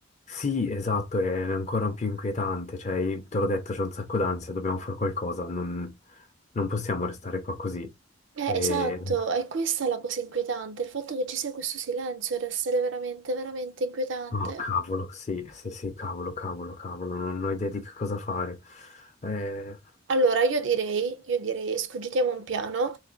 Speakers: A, on the left (about 35°); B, on the right (about 65°).
A: Sì, esatto, è ancora più inquietante. Cioè, te l'ho detto, c'è un sacco d'ansia, dobbiamo fare qualcosa. Non, non possiamo restare qua così.
B: Eh,
A: E...
B: esatto, è questa la cosa inquietante, il fatto che ci sia questo silenzio deve essere veramente, veramente inquietante.
A: Oh, cavolo, sì, sì, sì, cavolo, cavolo, cavolo. Non ho idea di che cosa fare. Eh...
B: Allora, io direi, io direi, scogitiamo un piano,